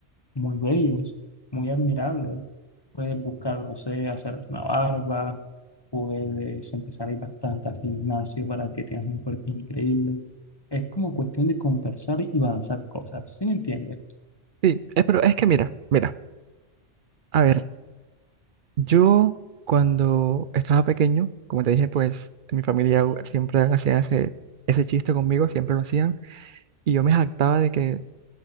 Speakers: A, on the left; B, on the right.
A: muy bellos, muy admirables. Puedes buscar, no sé, hacerte una barba, puedes empezar a ir bastante al gimnasio para que tengas un cuerpo increíble. Es como cuestión de conversar y balanzar cosas, ¿sí me entiendes?
B: Sí, eh, pero es que mira, mira, a ver, yo cuando estaba pequeño, como te dije, pues en mi familia u- siempre hacían ese, ese chiste conmigo, siempre lo hacían, y yo me jactaba de que